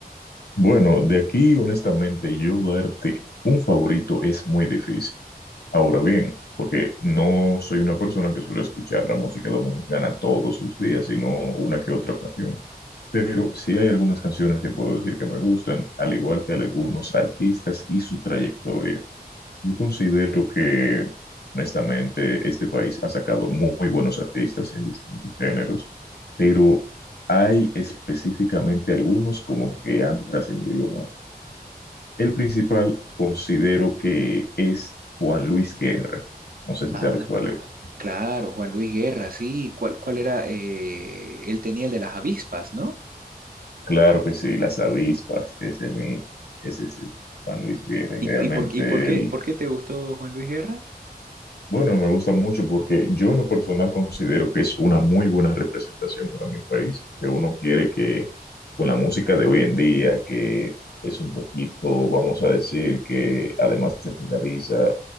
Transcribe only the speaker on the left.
Bueno, de aquí, honestamente, yo darte un favorito es muy difícil. Ahora bien, porque no soy una persona que suele escuchar la música dominicana todos los días, sino una que otra ocasión. Pero sí hay algunas canciones que puedo decir que me gustan, al igual que algunos artistas y su trayectoria. Yo considero que, honestamente, este país ha sacado muy buenos artistas en distintos géneros, pero hay específicamente algunos como que han trascendido más. El principal considero que es Juan Luis Guerra. No sé si
sabes cuál es.
Claro que sí, las avispas, ese mismo, ese es Juan Luis Guerra.
Realmente
él
Bueno, me gusta mucho porque yo en lo personal considero que es una muy buena representación para mi país, que uno quiere que con la música de hoy en día, que es un poquito, vamos a decir, que además de pegadiza,